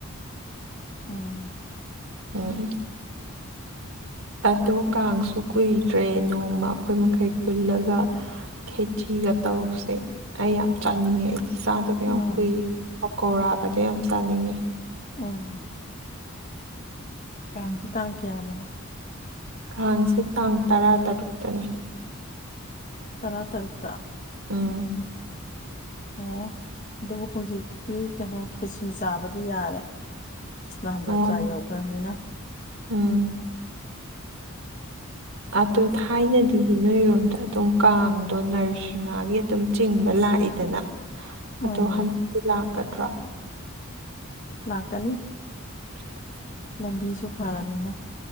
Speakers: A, on the left; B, on the right.
A: ꯑꯣ
B: ꯑꯣꯝ ꯑꯗꯣ ꯀꯥꯡꯁꯨ ꯀꯨꯏꯗ꯭ꯔꯦ ꯅꯣꯡꯃ ꯑꯩꯈꯣꯏ ꯃꯈꯩ ꯄꯨꯜꯂꯒ ꯈꯦꯆꯤꯒ ꯇꯧꯁꯦ ꯑꯩ ꯌꯥꯝ ꯆꯥꯅꯤꯡꯉꯦ ꯑꯩ ꯥꯆꯥꯗꯕ
A: ꯎꯝ
B: ꯌꯥꯝ ꯀꯨꯏꯔ‌ꯦ ꯄꯀꯧꯔꯥꯒꯗꯣ ꯌꯥꯝ ꯆꯥꯅꯤꯡꯉꯦ
A: ꯎꯝ ꯀꯥꯡꯁꯤ ꯇꯥꯡ ꯀꯌꯥꯗꯅꯣ
B: ꯀꯥꯡꯁꯦ ꯇꯥꯡ ꯇꯔꯥꯇꯔꯨꯛꯇꯅꯤ
A: ꯇꯔꯥꯇꯔꯨꯛꯇ
B: ꯎꯝ
A: ꯑꯣ ꯑꯗꯨꯕꯨ ꯍꯧꯖꯤꯛꯇꯤ ꯀꯩꯅꯣ ꯈꯦꯆꯤ ꯆꯥꯕꯗꯤ ꯌꯥꯔꯦ ꯏꯁꯅꯥꯟ
B: ꯑꯣ
A: ꯖꯇ꯭ꯔꯥ ꯌꯧꯈ꯭ꯔꯃꯤꯅ
B: ꯎꯝ ꯑꯗꯣ ꯊꯥꯏꯅꯗꯤ ꯅꯣꯏꯔꯣꯝꯗ ꯑꯗꯨꯝ ꯀꯥꯡꯗꯣ ꯅꯔꯁꯤꯡꯍꯥꯒꯤ ꯑꯗꯨꯝ ꯆꯤꯡꯕ ꯂꯥꯛꯏꯗꯅ
A: ꯎꯝ
B: ꯑꯗꯣ ꯍꯟꯗꯛꯇꯤ ꯂꯥꯛꯀꯗ꯭ꯔꯣ
A: ꯂꯥꯛꯀꯅꯤ
B: <unintelligible>
A: ꯂꯝꯕꯤꯁꯨ ꯐꯔꯝꯃꯤꯅ